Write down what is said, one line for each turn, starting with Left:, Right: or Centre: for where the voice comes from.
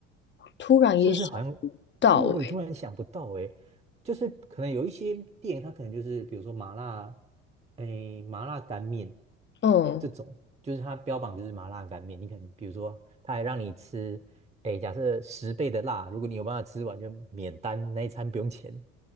Left: 突然也想不到哎、
Right: 是不是好像对我也突然想不到诶，就是可能有一些店，它可能就是比如说麻辣，诶，麻辣干面
Left: 嗯，
Right: 这种，就是它标榜就是麻辣干面，你可能比如说他还让你吃，诶，假设十倍的辣，如果你有办法吃完就免单，那一餐不用钱